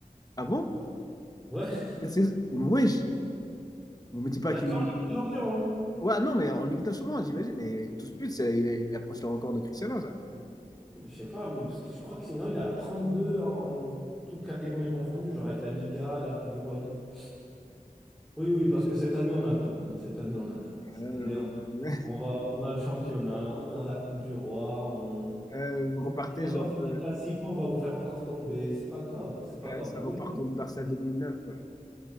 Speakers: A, on the left; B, in the centre.
A: Ah bon?
B: Ouais,
A: Cette saison- Wesh! Vous me dites pas
B: la
A: qu'il.
B: queue en Ligue
A: qu'il-
B: des Champions.
A: Ouais, non, mais en Ligue 1 sûrement, j'imagine. Mais 12 buts, ça, il, il approche le record de Cristiano, ça.
B: hein. Je sais pas, mais parce que je crois que sinon, il a 32 en toutes catégories confondues, genre avec la Liga, la Coupe du Roi et tout. Oui, oui, parce que cette année, on a tout. hein. Cette année, on a tout.
A: Euh,
B: Cette année, on,
A: <laughs>
B: on va, on a le championnat, on a la Coupe du Roi, on,
A: euh, vous
B: Vous
A: repartez
B: voulez encore
A: genre.
B: faire
A: euh,
B: un classico, on va vous faire encore tomber. C'est pas grave, c'est pas
A: Ouais,
B: grave.
A: ça
B: Vous
A: repart
B: voulez
A: comme Barça
B: des
A: 2009, quoi.